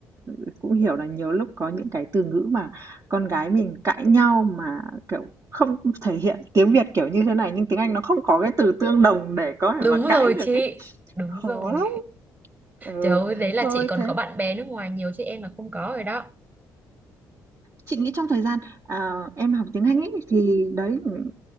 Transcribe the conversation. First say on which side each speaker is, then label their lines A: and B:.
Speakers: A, on the right; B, on the right.
A: ừ, cũng hiểu là nhiều lúc có những cái từ ngữ mà con gái mình cãi nhau mà, kiểu, không thể hiện tiếng Việt kiểu như thế này, nhưng tiếng Anh nó không có cái từ tương đồng để có
B: Đúng
A: thể mà cãi
B: rồi chị,
A: được ấy,
B: đúng
A: khó
B: rồi.
A: lắm. Ừ,
B: Trời ơi, đấy là
A: thôi
B: chị còn
A: thế
B: có bạn bè nước ngoài nhiều chứ em là không có rồi đó.
A: Chị nghĩ trong thời gian, ờ, em học tiếng Anh ấy, thì đấy, ừm,